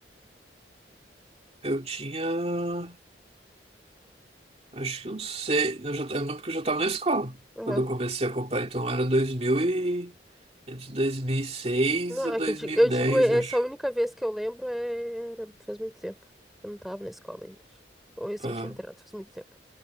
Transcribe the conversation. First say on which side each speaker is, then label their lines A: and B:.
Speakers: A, on the right; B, in the centre.
A: eu tinha, acho que uns seis, eu já, eu lembro que eu já estava na escola
B: Hum.
A: quando eu comecei a comprar, então era 2000 e, entre 2006
B: Não,
A: a 2010,
B: é que eu digo, eu digo, essa
A: acho.
B: única vez que eu lembro é... era- faz muito tempo. Eu não tava na escola ainda. Ou recente
A: Tá.
B: tinha entrado, faz muito tempo.